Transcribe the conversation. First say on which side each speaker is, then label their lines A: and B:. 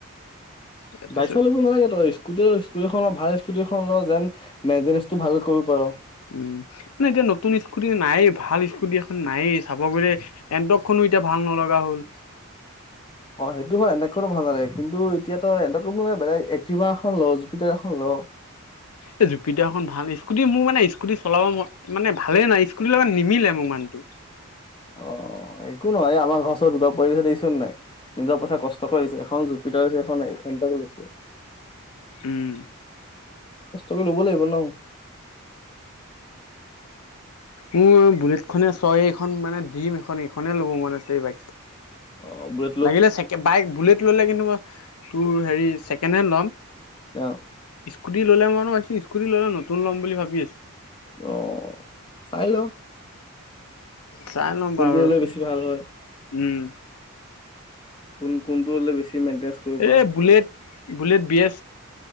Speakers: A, on the left; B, on the left.
A: তাৰপিছত
B: বাইক-ছাইক ল'ব নালাগে। তই স্কুটি স্কুটীখন ল, ভাল স্কুটি এখন ল। যেন মেইনটেনেঞ্চটো ভাল কৰিব পাৰ
A: উম। মানে এতিয়া নতুন স্কুটি নাইয়ে ভাল স্কুটি এ নাইয়ে চাব গলে এণ্টকখনো এতিয়া ভাল নলগা হ'ল।
B: অ সেইটো হয়। এন্টকখনো ভাল নালাগে, কিন্তু এতিয়া তইএন্টক লব নালাগে। বেলেগ এক্টিভা এখন ল, জুপিটাৰ এখন ল।
A: এই জুপিদা খন ভাল ইছ স্কুটি মোৰ মানে স্কু স্কুটি চলাব মই মানে ভালে নাই স্কুটি লগত নিমিলে মোক মানুহটো।
B: অ একো নহয়। এ আমাৰ ঘৰ ওচৰত দুটা পৰিয়াল দেখিছ নাই? নিজৰ পইচা কষ্ট কৰি লৈছে। এখন জুপিতাৰ লৈছে, এখন এণ্টক লৈছে।
A: উম।
B: কিন্তু ল'ব লাগিব ন।
A: মোৰ বুলেট খনে ছয় এখন মানে দিম এখন এইখনে ল'ব মন আছে। এই বাইক
B: অ বুৰে
A: লাগিলে চেক বাইক বুলেট ললে কিন্তু মই তোৰ হেৰি ছেকেণ্ড হেণ্ড ল'ম।
B: অ।
A: স্কুটি ললে মানে মই বোলো স্কুটি ললে নতুন ল'ম বুলি ভাবি আছোঁ।
B: অ চাই ল।
A: চাই ল'ম
B: কোনটো
A: বাৰু
B: হলে
A: ৰচোন
B: বেছি ভাল হয়।
A: উম।
B: কোন কোনটো হলে বেচি। থিমেইনটেচ কৰি
A: এই
B: ক।
A: bullet bullet B A